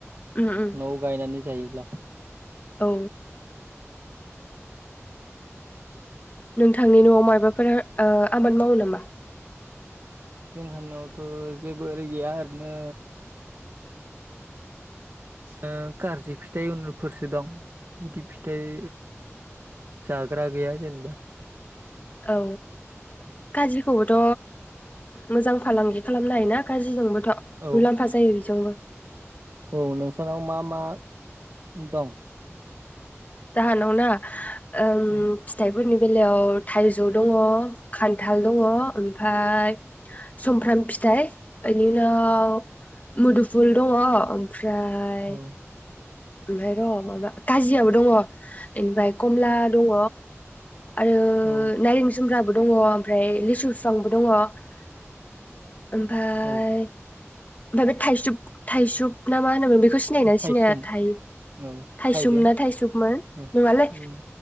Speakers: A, on the left; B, on the right.
A: उम उम
B: न'आव गायनानै जायोब्ला
A: औ
B: <inaudible>
A: नोंथांनि न'आव मायाबाफोरा ओ आबाद मावो नामा?
B: जोंहानि'आवथ' जेबो ओरै गैया ओरैनो ओ गारजि फिथाइ उनफोरसो दं बिदि फिथाइ जाग्रा गैया जेनेबा
A: औ गाजिखौबोथ' मोजां फालांगि खालामनो हायोना गाजिजोंबो
B: औ
A: मुलाम्फा जायो बेजोंबो
B: औ नोंसोरनाव मा मा दं
A: जाहानाव ना ओ
B: औ
A: फिथाइ फोरनि बेलायाव थाइजौ दङ खान्थाल दङ ओमफाय सुमफ्राम फिथाइ बेनि उनाव मुदुफुल दङ ओम फ्राय
B: औ
A: ओमफाय र' माबा काजियाबो दङ बेनिफ्राय कमला दङ आरो
B: औ
A: नाइरें जुम्ब्राबो दं दङ ओमफ्राय लिसु फिफांबो दङ ओमफ्राय ओमफ्राय
B: औ
A: बे थाइसु थाइसुब ना मा होनोमोन बेखौ सिनायोना
B: थायसोम
A: सिनाया थायसुम
B: औ थाइबें औ
A: ना थायसुममोन
B: उम
A: नङालै